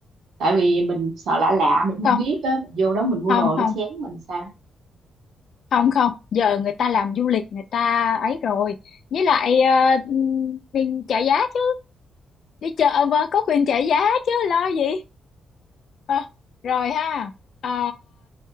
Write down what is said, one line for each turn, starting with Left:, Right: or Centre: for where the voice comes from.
Right: tại vì mình sợ lạ lạ mình không
Left: không
Right: biết á mình vô đó mình mua
Left: không
Right: đồ
Left: không
Right: nó chém mình sao
Left: không không giờ người ta làm du lịch người ta ấy rồi với lại ờ, mình trả giá chứ đi chợ mà có quyền trả giá chứ lo gì Ờ, rồi ha à,